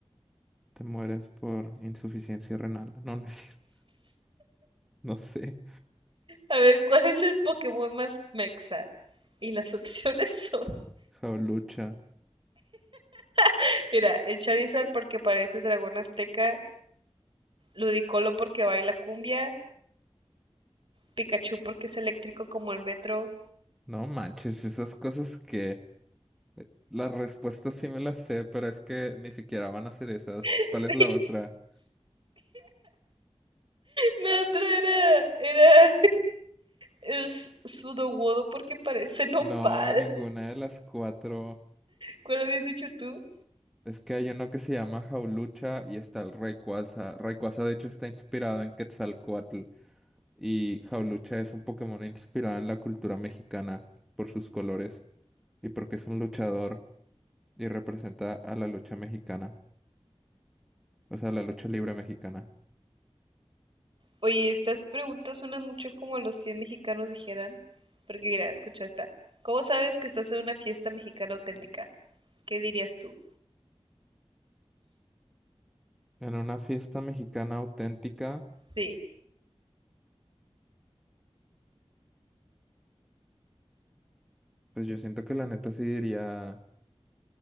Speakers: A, in the centre; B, on the right (about 50°).
A: te mueres por insuficiencia renal. No, no es cierto. No sé.
B: A ver, ¿cuál es el Pokémon más mexa? Y las opciones son,
A: Jaulucha.
B: <laughs> mira, el Charizard porque parece dragón azteca, Ludicolo porque baila cumbia, Pikachu porque es eléctrico como el metro.
A: No manches, esas cosas que las respuestas sí me las sé, pero es que ni siquiera van a ser esas.
B: <laughs>
A: ¿Cuál es la otra?
B: La otra era, era el S- Sudowodo porque parece nopal.
A: No, ninguna de las cuatro.
B: ¿Cuál habías dicho tú?
A: Es que hay uno que se llama Jaulucha y está el Rayquaza. Rayquaza de hecho está inspirado en Quetzalcóatl y Jaulucha es un Pokémon inspirado en la cultura mexicana por sus colores y porque es un luchador y representa a la lucha mexicana, o sea, la lucha libre mexicana.
B: Oye, estas preguntas suenan mucho como los 100 mexicanos dijeran. Porque mira, escucha esta. ¿Cómo sabes que estás en una fiesta mexicana auténtica? ¿Qué dirías tú?
A: En una fiesta mexicana auténtica.
B: Sí,
A: Pues yo siento que la neta sí diría